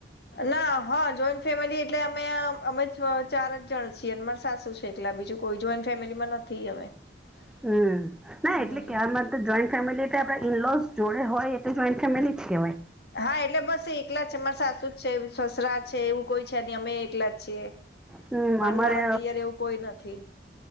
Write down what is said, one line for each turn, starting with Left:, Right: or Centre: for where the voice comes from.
Left: ના હ જોઈન્ટ ફેમિલી એટલે અમે અમે છ ચાર જ જણ છીએ ને માર સાસુ છે એકલા બીજું કોઈ જોઈન્ટ ફેમિલીમાં નથી અમે હમ્મ
Centre: હમ ના એટલે કે આમાં જોઈન્ટ ફેમિલી એટલે આપણે ઇલોઝ જોડે હોય એ તો ફેમિલી જ કેવાય
Left: હા એટલે બસ એકલા જ છે માર સાસુ છે સસરા છે એવું કોઈ છે જ ની અમે એકલા જ છીએ
Centre: હમ
Left: પણ
Centre: અમારે
Left: નણંદ દિયર એવું કોઈ નથી